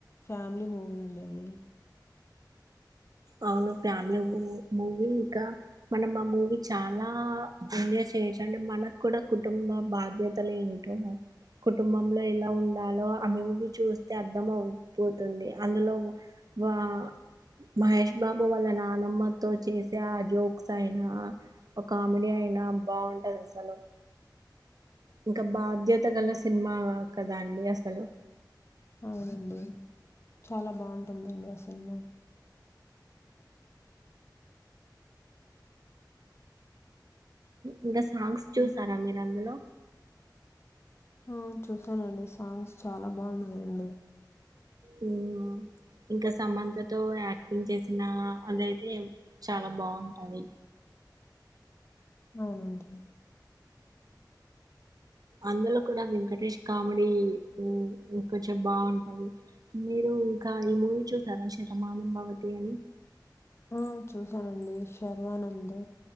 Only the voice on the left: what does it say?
ఫ్యామిలీ మూవీ అండి అది <inaudible>
హ్మ్.
అవునండి చాలా బాగుంటుందండి ఆ సినిమా
హ్మ్.
ఆ చూసానండి సాంగ్స్ చాలా బాగున్నాయండి
<inaudible> అవునండి
ఆ చూసానండి శర్వానంద్